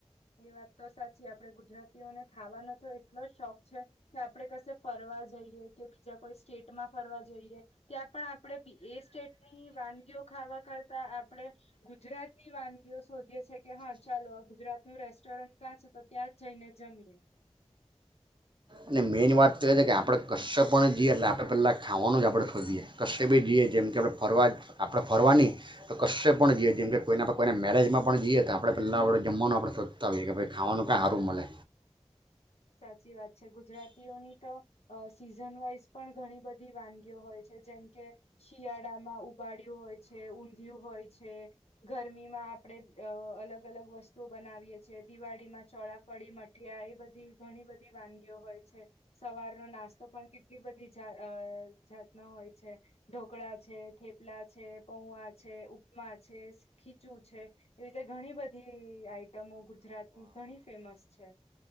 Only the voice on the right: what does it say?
અને મેઇન વાત તો એ છે કે આપણે કશશે પણ જઈએ એટલે આપણે પહેલા ખાવાનું જ આપણે શોધીએ કશે બી જઈએ જેમ કે આપણે ફરવા આપણે ફરવા નહીં તો કશે પણ જઈએ જેમ કે કોઈને આપણે કોઈને મેરેજમાં પણ જઈએ તો આપણે પહેલાં આપણે જમવાનું આપણે શોધતા હોઈએ કે ભાઈ ખાવાનું કાં સારું મળે